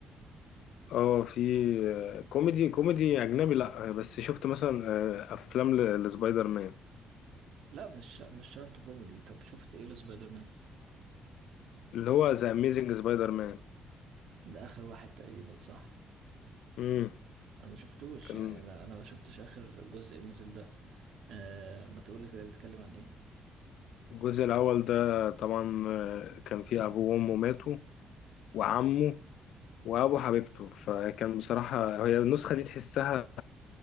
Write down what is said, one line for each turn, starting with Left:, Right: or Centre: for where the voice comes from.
Left: اه في كوميدي كوميدي اجنبي لا بس شفت مثلا آه، افلام ل- لسبايدر مان
Right: لا مش مش شرط كوميدي طب شفت ايه لسبايدر مان
Left: اللي هو ذا اميزنج سبايدر مان
Right: ده آخر واحد تقريبا صح
Left: امم
Right: أنا ما شفتوش
Left: كان
Right: يعني أنا أنا ما شفتش آخر جزء نزل ده أه ما تقولي كده بيتكلم عن ايه
Left: الجزء الاول ده طبعا آه، كان فيه ابوه وامه ماتوا وعمه وابو حبيبته فكان بصراحه هي النسخه دي تحسها